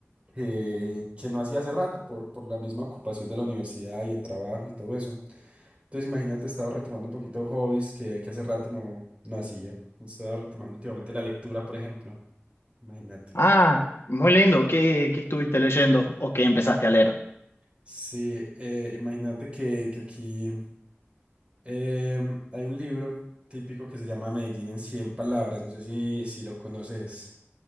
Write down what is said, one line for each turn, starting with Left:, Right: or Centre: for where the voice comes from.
Right: que, que no hacía hace rato por, por la misma ocupación de la universidad y el trabajo y todo eso. Entonces imagínate, estaba retomando un poquito hobbies que, que hace rato no, no hacía. Estaba retomando últimamente la lectura, por ejemplo. Imagínate.
Left: Ah, muy lindo. ¿Qué, qué estuviste leyendo o qué empezaste a leer?
Right: Sí, eh, imagínate que, que aquí em, hay un libro típico que se llama Medellín en 100 palabras. No sé si, si lo conoces.